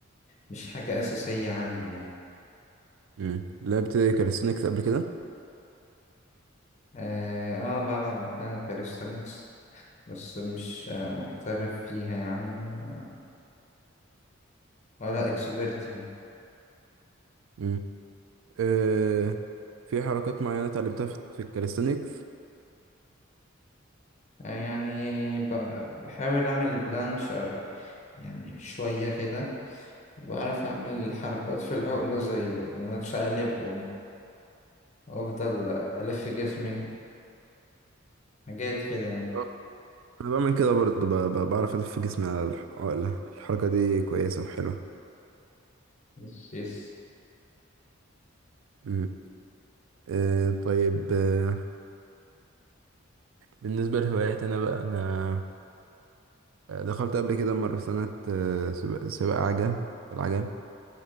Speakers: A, on the left; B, on the right.
A: مش حاجة أساسية عندي يعني
B: امم لعبت كاليستونيكس قبل كده
A: اه آه، بلعب أحيانا كاليستانكس بس مش آه، محترف فيها يعني ولا, ولا اكسبرت يعني
B: امم آه في حركات معينة اتعلمتها في في الكاليستونيكس
A: آه، يعني ب... بحاول أعمل بلانش يعني شوية كده بعرف أعمل حركات في العقلة زي إن أنا أتشقلب وأفضل ألف جسمي حاجات كده يعني
B: آه، انا بعمل كده برضه ب- ب- بعرف الف جسمي على الح- على الحركة دي كويسة وحلوة
A: يس يس
B: مم. آه، طيب آه، بالنسبة لهواياتي أنا بقى أنا آه، دخلت قبل كده مرة سنة آه، سباق سباق عجل بالعجل